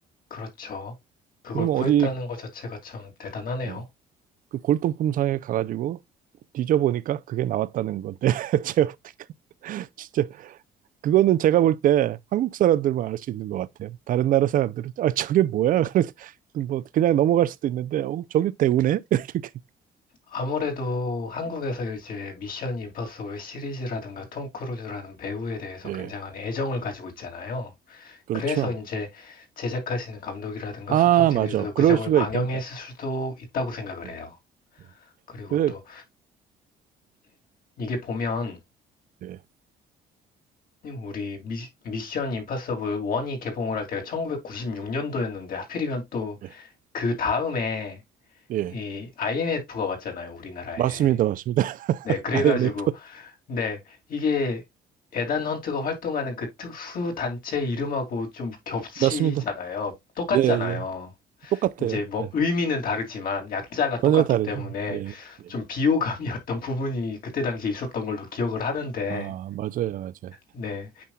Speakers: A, on the left (about 55°); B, on the right (about 55°).
A: 그렇죠. 그걸
B: 그러면
A: 구했다는
B: 어디
A: 것 자체가 참 대단하네요.
B: 예, 그 골동품상에 가가지고 뒤져보니까 그게 나왔다는 건데 <laughs> 제가 보니까 진짜 그거는 제가 볼 때 한국 사람들만 알 수 있는 것 같아요. 다른 나라 사람들은 아 저게 뭐야? <laughs> 그래서 뭐 그냥 넘어갈 수도 있는데 어 저게 대우네? <laughs> 이렇게
A: 아무래도 한국에서 이제 미션 임파서블 시리즈라든가 톰 크루즈라는 배우에 대해서
B: 예
A: 굉장한 애정을 가지고 있잖아요.
B: 그렇죠.
A: 그래서 이제 제작하시는 감독이라든가
B: 아
A: 소품팀에서도
B: 맞아
A: 그
B: 그럴
A: 점을
B: 수가
A: 방영했을
B: 있겠다.
A: 수도 있다고 생각을
B: 예.
A: 해요.
B: 예.
A: 그리고
B: 그래
A: 또 이게 보면
B: 예.
A: 우리 미, 미션 임파서블 1이 개봉을 할 때가 1996년도였는데 하필이면 또
B: 예.
A: 그 다음에
B: 예.
A: 이 IMF가 왔잖아요, 우리나라에.
B: 맞습니다 맞습니다. <laughs>
A: 네, 그래가지고
B: IMF
A: 네, 이게 에단 헌트가 활동하는 그 특수 단체 이름하고 좀 겹치잖아요.
B: 맞습니다.
A: 똑같잖아요.
B: 예 예. 똑같아요.
A: 이제 뭐
B: 네.
A: 의미는 다르지만 약자가 똑같기
B: 전혀 다르죠.
A: 때문에
B: 예. 예.
A: 좀 비호감이었던 부분이 그때 당시에 있었던 걸로 기억을 하는데,
B: 아 맞아요 맞아요.
A: 네.